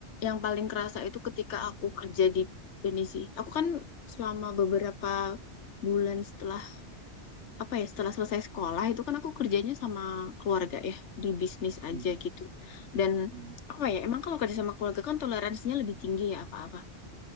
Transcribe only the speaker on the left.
yang paling kerasa
itu ketika aku kerja di ini sih. Aku kan selama beberapa bulan setelah apa ya setelah selesai sekolah itu kan aku kerjanya sama keluarga ya di bisnis aja
gitu dan
apa ya emang kalau kerja sama keluarga kan toleransinya lebih tinggi ya apa-apa